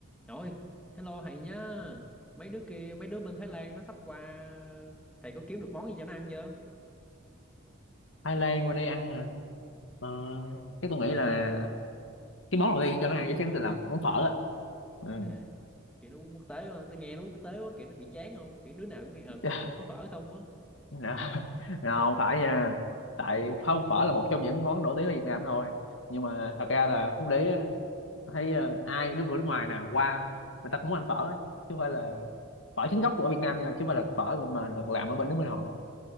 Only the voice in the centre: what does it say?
Trời hello thầy nhá. Mấy đứa kia, mấy đứa bên Thái Lan nó sắp qua, thầy có kiếm được món gì cho nó ăn chưa?
Sao vậy? Kiểu nó quốc tế mà, nó nghe nó quốc tế quá, kiểu nó bị chán không? Kiểu đứa nào cũng nghe ở Việt
Nam chỉ có phở không á.